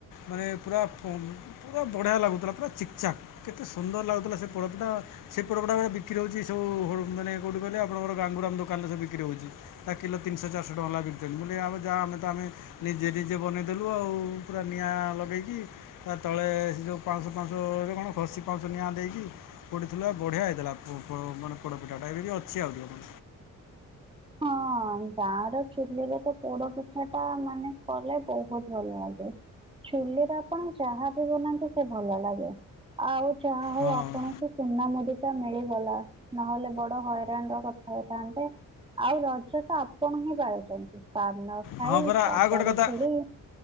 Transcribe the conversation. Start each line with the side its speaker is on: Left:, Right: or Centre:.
Left: ମାନେ ପୁରା ପୁରା ବଢ଼ିଆ ଲାଗୁଥିଲା ପୁରା ଚିକଚାକ୍ କେତେ ସୁନ୍ଦର ଲାଗୁଥିଲା ସେ ପୋଡ଼ପିଠା ସେ ପୋଡ଼ପିଠା ଗରେ ବିକ୍ରି ହେଉଛି। ଯୋଉ ମାନେ କେଉଁଠି କଲେ ଆପଣଙ୍କର ଗାଙ୍ଗୁରାମ ଦୋକାନରେବୁ ବିକ୍ରି ହେଉଛି ତା କିଲୋ ତିନିଶହ ଚାରିଶହ ଟଙ୍କା ହେଲା ବିକିଛନ୍ତି ବୋ ଯାହା ଆମେ ତ ଆମେ ନିଜେ ନିଜେ ବନେଇଦେଲୁ ଆଉ ପୁରା ନିଆଁ ଲଗେଇକି ତା ତଳେ ସେ ଯେଉଁ ପାଞ୍ଚଶହ ପାଁଶରେ କଣ ଖସି ପାଉଁଶହ ନିଆଁ ଦେଇକି ପୋଡ଼ିଥିଲା ବଢ଼ିଆ ହେଇଥିଲା। ମାନେ ପୋଡ଼ ପିଠାଟା ଏବେ ବି ଅଛି ଆହୁରି।
Right: ହଁ ଗାଁ ର ଚୁଲିରେ ତ ପୋଡ ପିଠା ଟା ମାନେ କଲେ ବହୁତ ଭଲ ଲାଗେ। ଚୁଲି ଆପଣ ଯାହା ବି ବନାନ୍ତିୁ ସେ ଭଲ ଲାଗେ ଆଉ ଚାହା ହଉ
Left: ହଁ
Right: ଆପଣଙ୍କୁ ସୁନା ମୁଦି ଟା ମିଳି ଗଲା ନହେଲେ ବଡ ହଇରାଣ ର କଥା ହେଇଥାନ୍ତେ। ଆଉ ରଜ ତ ଆପଣ ହିଁ ପାଳିଛନ୍ତି। ପାନ ଖାଇ
Left: ହଁ ପରା
Right: କବାଡି
Left: ଆଉ ଗୋଟେ କଥା
Right: ଖେଳି।